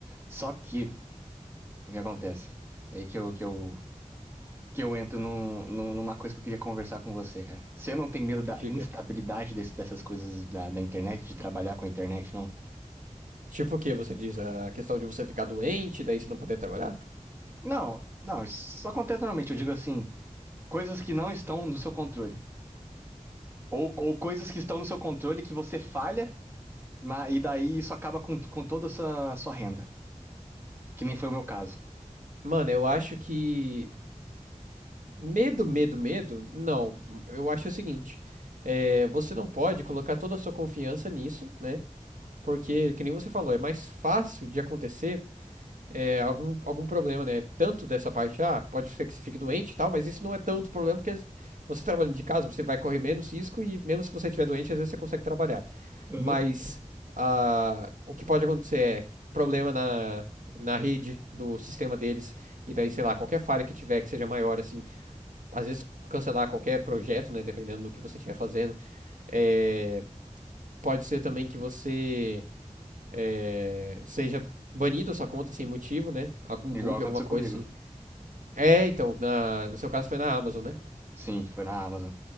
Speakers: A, on the right; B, on the right.
A: Só que, o que acontece? É aí que eu, que eu que eu entro num- num- numa coisa que eu queria conversar com você, cara. Você não tem medo da
B: diga.
A: instabilidade desse- dessas coisas da, da internet, de trabalhar com a internet, não?
B: Tipo o que você diz? A questão de você ficar doente, daí você não poder trabalhar?
A: Não, não, isso acontece normalmente. Eu digo assim, coisas que não estão no seu controle. Ou, ou coisas que estão no seu controle que você falha, ma- e daí isso acaba com, com toda a sua, sua renda. Que nem foi o meu caso.
B: Mano, eu acho que. Medo, medo, medo? Não. Eu acho o seguinte: é, você não pode colocar toda a sua confiança nisso, né? Porque, que nem você falou, é mais fácil de acontecer é, algum, algum problema, né? Tanto dessa parte, ah, pode ser que você fique doente e tal, mas isso não é tanto problema, porque você trabalhando de casa, você vai correr menos risco e mesmo se você estiver doente, às vezes você consegue trabalhar.
A: Uhum.
B: Mas ah, o que pode acontecer é problema na, na rede do sistema deles, e daí, sei lá, qualquer falha que tiver que seja maior, assim, às vezes cancelar qualquer projeto, né, dependendo do que você estiver fazendo, é, pode ser também que você é, seja banido a sua conta sem motivo, né? Algum
A: Igual
B: bug,
A: aconteceu
B: alguma coisa
A: comigo.
B: assim. É, então, na, no seu caso foi na Amazon, né?
A: Sim, foi na Amazon.